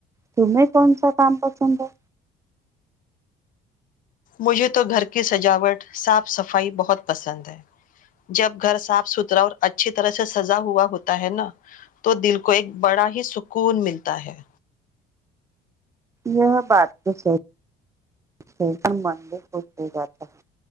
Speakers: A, on the right; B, on the left.
A: تمہیں کون سا کام پسند ہے
B: مجھے تو گھر کی سجاوٹ صاف صفائی بہت پسند ہے جب گھر صاف ستھرا اور اچھی طرح سے سزا ہوا ہوتا ہے نا تو دل کو ایک بڑا ہی سکون ملتا ہے
A: یہ بات تو من بھی خوش ہو جاتا ہے